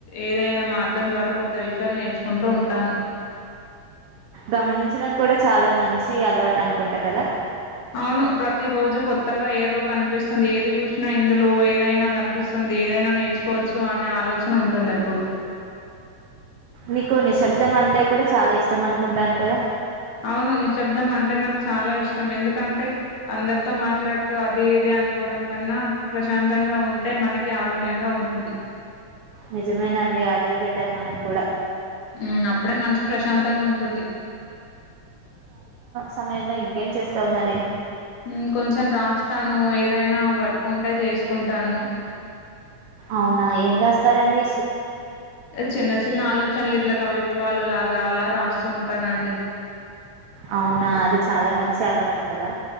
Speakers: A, on the left; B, on the right.
A: ఏదైనా మార్గం ద్వారా కొత్త విషయాలు నేర్చుకుంటూ ఉంటాను.
B: గమనించడం కూడా చాలా మంచి అలవాటు అనుకుంటా కదా?
A: అవును ప్రతి రోజు కొత్తగా ఏదో కనిపిస్తుంది ఏది చూసినా ఇందులో ఏ ఏదైనా కనిపిస్తుంది ఏదైనా నేర్చుకోవచ్చు, అనే ఆలోచన ఉంటుంది ఎప్పుడు
B: నీకు నిశ్శబ్దం అంటే కూడా చాలా ఇష్టం అనుకుంటాను కదా?
A: అవును నిశ్శబ్దం అంటే నాకు చాలా ఇష్టం. ఎందుకంటే అందరితో మాట్లాడుతూ అది ఇది అనుకోవడం కన్నా ప్రశాంతంగా ఉంటే మనకి ఆరోగ్యంగా ఉంటుంది.
B: నిజమేనండి అదే బెటర్ మనకు కూడా
A: ఉమ్ అప్పుడే మనసు ప్రశాంతంగా ఉంటుంది.
B: తయంలో ఇంకేం చేస్తావ్ మరి?
A: మ్మ్ కొంచెం రాస్తాను ఏదైనా వర్క్ ఉంటే చేసుకుంటాను
B: అవునా ఏం వేస్తారండి
A: చిన్న చిన్న ఆలోచనలు ఇట్లా కవిత్వాలు లాగ్ గాలా రాస్తూ ఉంటానండి.
B: అవునా అది చాలా మంచి అలవాటు కదా?